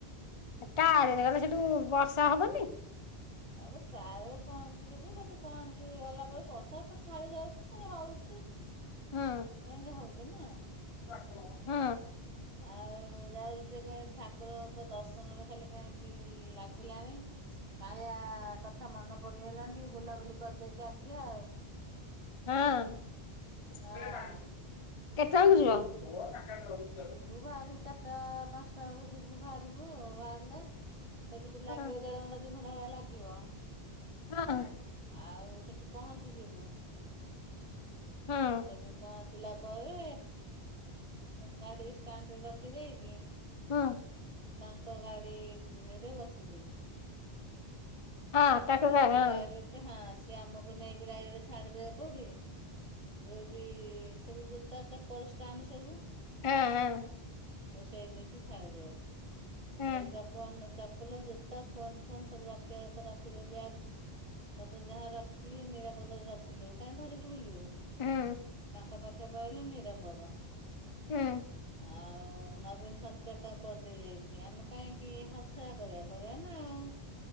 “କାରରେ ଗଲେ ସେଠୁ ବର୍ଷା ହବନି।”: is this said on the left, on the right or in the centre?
Left